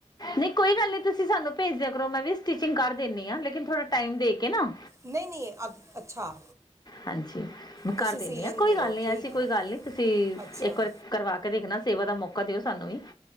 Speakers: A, on the left; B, on the right.
A: ਨਹੀਂ ਕੋਈ ਗੱਲ ਨੀ ਤੁਸੀਂ ਸਾਨੂੰ ਭੇਜਿਆ ਕਰ ਮੈਂ ਵੀਟਿਚਿੰਗ ਕਰਿੰਦੀ ਹਾਂ ਲੇਕਿਨ ਥੋੜ੍ਹਾ ਟਾਈਮ ਦੇ ਕੇ ਨਾ
B: ਨਹੀਂ ਨਹੀਂ ਅ ਅੱਛਾ
A: ਹਾਂਜੀ ਮੈਂ
B: ਤੁਸੀਂ
A: ਕਰ
B: ਸੀ
A: ਦੇਨੀ
B: ਲੈਂਦੇ
A: ਆ ਕੋਈ ਗੱਲ
B: ਹੋ
A: ਨੀ
B: ਠੀਕ
A: ਐਸੀ
B: ਹੈ
A: ਕੋਈ ਗੱਲ ਨਹੀਂ ਤੁਸੀਂ
B: ਅੱਛਾ
A: ਇੱਕ ਵਾਰ ਕਰਵਾ ਕੇ ਦੇਖਣਾ ਸੇਵਾ ਦਾ ਮੌਕਾ ਦਿਓ ਸਾਨੂੰ ਵੀ